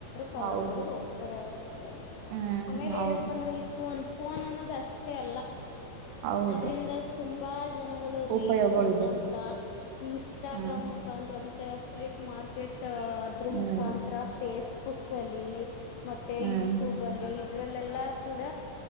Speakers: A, on the left; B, on the right.
A: ಕಾಲೇಜ್ಗಳಗ್
B: ಹೌದು
A: ಹೋಗ್ತಾರೆ ಅಷ್ಟೇನೆ
B: ಹ್ಮ್
A: ಆಮೇಲೆ
B: ಹೌದು
A: ಏನಪ್ಪಾ ಅಂದ್ರೆ ಈ ಫೋನ್.. ಫೋನ್ ಅನ್ನೋದು ಅಷ್ಟೇ ಅಲ್ಲ
B: ಹೌದು
A: ಅದ್ರಂದ ತುಂಬಾ.. ಜನಗಳು ರೀಲ್ಸ್
B: ಉಪಯೋಗಗಳಿದೆ
A: ಮುಖಾಂತರ ಇನ್ಸ್ಟಾಗ್ರಾಮ್
B: ಹ್ಮ್
A: ಮುಖಾಂತರ ಮ. ಫುಲಿಟ್ ಮಾರ್ಕೆಟ್ ಅದ್ರ
B: ಹ್ಮ್
A: ಮುಖಾಂತರ ಫೇಸ್ಬುಕ್ ಅಲ್ಲಿ.. ಮತ್ತೆ
B: ಹ್ಮ್
A: ಯೂಟ್ಯೂಬ್ ಅಲ್ಲಿ ಇದ್ರಲ್ಲೆಲ್ಲ ಕೂಡ